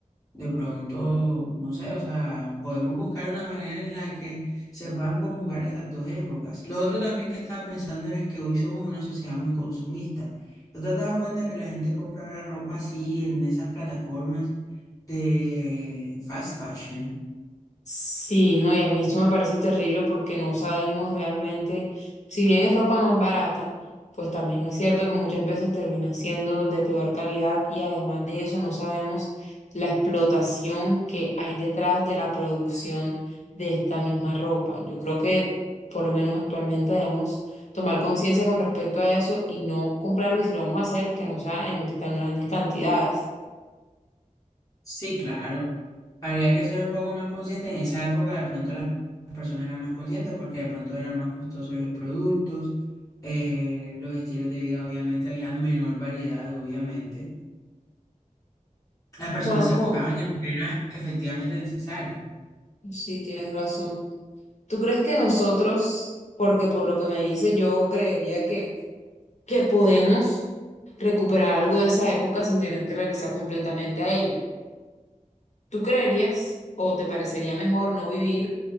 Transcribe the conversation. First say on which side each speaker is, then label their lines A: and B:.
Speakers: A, on the left; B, on the left.
A: De pronto, no sé, o sea, podemos buscar una manera en la que se puedan conjugar esas dos épocas. Lo otro también que estaba pensando era que hoy somos una sociedad muy consumista. ¿No te has dado cuenta que la gente compra ahora ropa así en esas plataformas de fast fashion?
B: Sí, no, y a mí eso me parece terrible porque no sabemos realmente, si bien es ropa más barata, pues también es cierto que muchas veces termina siendo de peor calidad y además de eso no sabemos la explotación que hay detrás de la producción de esta misma ropa. Yo creo que por lo menos actualmente debemos tomar conciencia con respecto a eso y no comprarlo y si lo vamos a hacer, que no sea en tan grandes cantidades.
A: Sí, claro. Habría que ser un poco más consciente. En esa época de pronto las las personas eran más conscientes porque de pronto eran más costosos los productos, eh, los estilos de vida, obviamente, había menor variedad, obviamente. la persona
B: Juanjo,
A: se enfocaba en lo que era efectivamente necesario.
B: sí, tienes razón. ¿Tú crees que nosotros, porque por lo que me dice, yo creería que, que podemos recuperar algo de esa época sin tener que regresar completamente a ella? ¿Tú creerías o te parecería mejor no vivir